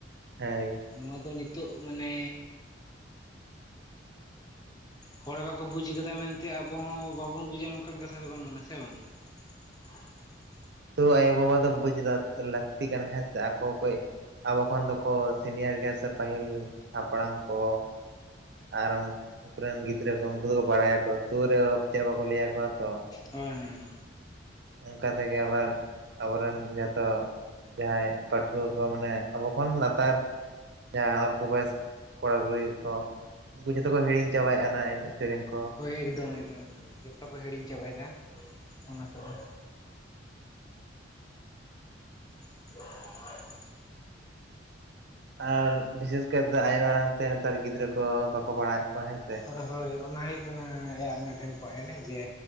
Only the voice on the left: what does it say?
ᱱᱚᱣᱟ ᱫᱚ ᱱᱤᱛᱳᱜ ᱢᱟᱱᱮᱼᱼ ᱦᱚᱲ ᱵᱟᱠᱚ ᱵᱩᱡ ᱠᱟᱫᱟ ᱢᱮᱱᱛᱮ ᱟᱵᱚ ᱦᱚᱸ ᱵᱟᱵᱚᱱ ᱵᱩᱡᱟ ᱱᱚᱝᱠᱟᱱ ᱠᱟᱛᱷᱟ ᱫᱚ ᱵᱟᱝ ᱠᱟᱱᱟ ᱥᱮ ᱵᱟᱝ? <unintelligible>
ᱦᱳᱭ ᱦᱮᱸ
ᱮᱠᱫᱚᱢ ᱮᱠᱫᱚᱢ ᱮᱫᱚᱢ ᱡᱚᱛᱚ ᱠᱚ ᱦᱤᱲᱤᱧ ᱪᱟᱵᱟᱭᱫᱟ ᱚᱱᱟ ᱠᱚᱜᱮ᱾ <inaudible>
ᱦᱳᱭ ᱦᱳᱭ ᱚᱱᱟ ᱦᱩᱭᱩᱜ ᱠᱟᱱᱟ ᱟᱨ ᱢᱤᱫᱴᱮᱱ ᱯᱚᱭᱮᱱᱴ ᱡᱮ